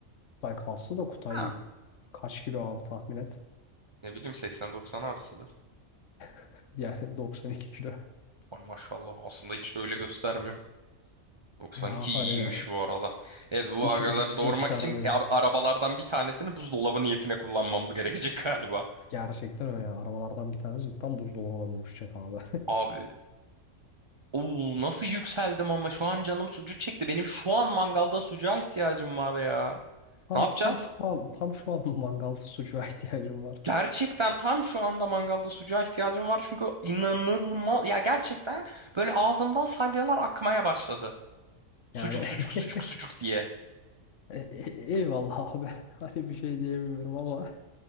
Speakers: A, on the left; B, on the right.
A: Kutay kaslı da Kutay
B: Ha.
A: kaç kilo abi tahmin et.
B: Ne bileyim 80-90 arasıdır.
A: <laughs> Yani 92 kilo.
B: Ay maşallah aslında hiç de öyle göstermiyor. 92
A: Ya
B: iyiymiş
A: hani
B: bu arada. Evet bu
A: hiç,
B: agaları
A: hiç
B: doğurmak
A: göstermiyor.
B: için ar- arabalardan bir tanesini buzdolabı niyetine kullanmamız gerekecek <laughs> galiba.
A: Gerçekten öyle. Arabalardan bir tanesi cidden buzdolabına dönüşecek abi.
B: Abi oo, nasıl yükseldim ama şu an canım sucuk çekti. Benim şu an mangalda sucuğa ihtiyacım var ya.
A: <laughs> Tam,
B: Ne yapacağız?
A: tam şu an tam şu an bu mangal sucuğa <laughs> ihtiyacım var.
B: Gerçekten tam şu anda mangalda sucuğa ihtiyacım var çünkü inanılmaz ya gerçekten böyle ağzımdan salyalar akmaya başladı. Sucuk
A: Yani
B: sucuk sucuk
A: <laughs>
B: sucuk diye.
A: e- e- eyvallah abi. <laughs> Hani bir şey diyemiyorum ama